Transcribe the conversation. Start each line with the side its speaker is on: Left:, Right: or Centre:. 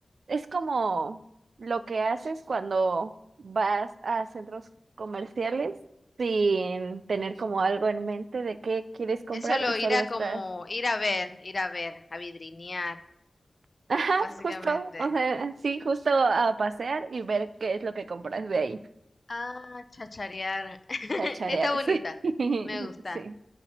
Right: es como lo que haces cuando vas a centros comerciales sin tener como algo en mente de qué quieres comprar
Left: es solo
Right: y solo
Left: ir a
Right: estás,
Left: como, ir a ver, ir a ver, a vidrinear,
Right: <laughs> ajá,
Left: básicamente.
Right: justo, o sea, sí, justo a pasear y ver qué es lo que compras de ahí,
Left: Ah, chacharear. <laughs>
Right: a charear,
Left: Está bonita,
Right: sí, <laughs>
Left: me gusta.
Right: sí,